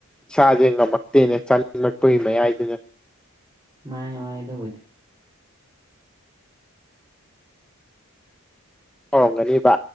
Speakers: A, in the centre; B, on the right.
A: ꯏꯁꯥꯁꯦ ꯉꯝꯃꯛꯇꯦꯅꯦ ꯆꯥꯅꯤꯡꯂꯄꯒꯤ ꯃꯌꯥꯏꯗꯨꯅꯦ
B: ꯃꯥꯅꯦ ꯃꯥꯅꯦ ꯑꯗꯨꯕꯨꯗꯤ
A: ꯍꯥꯎꯔꯝꯒꯅꯤꯕ